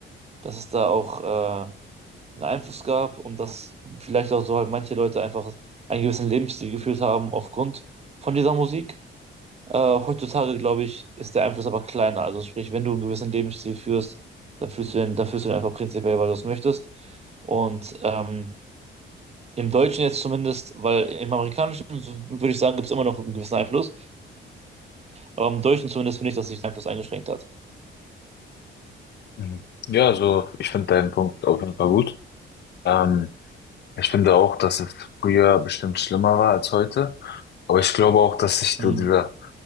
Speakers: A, on the right; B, on the left.
A: dass es da auch äh, einen Einfluss gab und dass vielleicht auch so halt manche Leute einfach einen gewissen Lebensstil geführt haben aufgrund von dieser Musik. Äh, heutzutage, glaube ich, ist der Einfluss aber kleiner. Also sprich, wenn du einen gewissen Lebensstil führst, dann führst du den, dann führst du den einfach prinzipiell, weil du es möchtest. Und ähm, im Deutschen jetzt zumindest, weil im Amerikanischen, so würde ich sagen, gibt es immer noch einen gewissen Einfluss, aber im Deutschen zumindest finde ich, dass sich der Einfluss eingeschränkt hat.
B: Mhm. Ja, also ich finde deinen Punkt auf jeden Fall gut. Ähm, ich finde auch, dass es früher bestimmt schlimmer war als heute. Aber ich glaube auch, dass sich
A: Mhm.
B: so dieser,